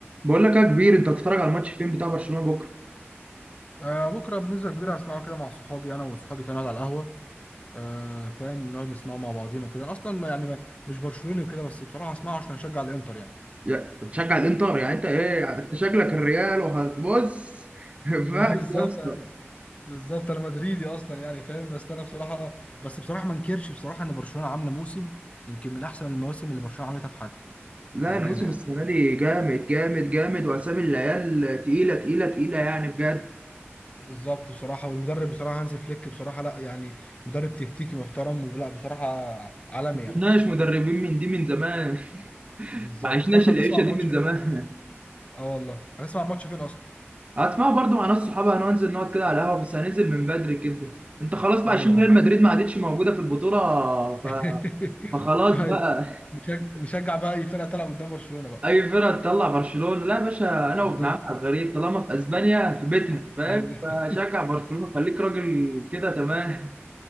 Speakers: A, on the right; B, on the left.
A: بقول لك يا كبير انت هتتفرج على الماتش فين بتاع برشلونه بكره
B: آه بكره بنسبه كبيره هسمعه كده مع صحابي انا وصحابي كانوا على القهوه آه فاهم نقعد نسمعه مع بعضينا وكده انا اصلا يعني ما- مش برشلوني وكده بس بصراحه هسمعه عشان هشجع الانتر يعني
A: يا- هتشجع الانتر يعني انت ايه انت شكلك الريال وهتبص <laughs>
B: <laughs>
A: ما ينفعش
B: بالظبط
A: يا اسطى
B: أنا- بالظبط انا مدريدي اصلا يعني فاهم بس انا بصراحه بس بصراحه ما انكرش بصراحه ان برشلونه عامله موسم يمكن من احسن المواسم اللي برشلونه عملتها في حياتها
A: لا
B: بامانه
A: الموسم
B: يعني
A: السنه دي جامد جامد جامد واسامي العيال تقيله تقيله تقيله يعني بجد
B: بالظبط بصراحه والمدرب بصراحه هانز فليك بصراحه لا يعني مدرب تكتيكي محترم ولا بصراحه عالمي
A: ما
B: يعني
A: شفناش مدربين من دي من زمان
B: بالظبط
A: ما عشناش
B: انت اصلا
A: العيشه
B: هتسمع الماتش
A: دي من زمان
B: فين اه والله هتسمع الماتش فين اصلا
A: هتسمعوا برضو مع ناس صحابي هننزل نقعد كده على القهوه بس هننزل من بدري كده انت خلاص بقى
B: ايوه
A: عشان
B: ايوه
A: ريال مدريد ما عادتش موجوده في البطوله ف-
B: <laughs>
A: فخلاص
B: ايوه
A: بقى
B: نشجع نشجع بقى اي فرقه تلعب قدام برشلونه بقى
A: اي فرقه تطلع برشلونه لا يا باشا انا
B: بالظبط
A: وابن عمي على الغريب طالما في اسبانيا في بيتها فاهم
B: يعني
A: فشجع
B: <laughs>
A: برشلونه خليك راجل كده تمام